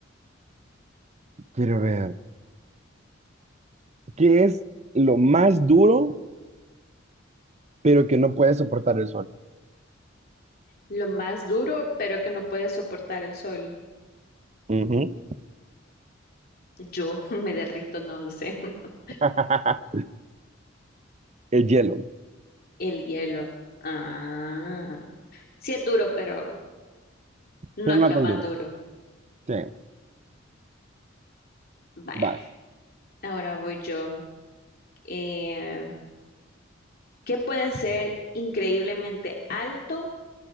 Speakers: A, on the right (about 35°); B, on the left (about 50°).
A: Quiero ver. ¿Qué es lo más duro, pero que no puede soportar el sol?
B: Lo más duro, pero que no puede soportar el sol.
A: Ujú.
B: Yo <laughs> me derrito, no lo sé. <laughs>
A: <laughs> El hielo,
B: El hielo. Ah. Sí es duro, pero no
A: pero
B: es
A: no
B: lo
A: tan
B: más
A: duro.
B: duro.
A: Sí,
B: Vaya,
A: vas.
B: ahora voy yo. Eh, ¿qué puede ser increíblemente alto?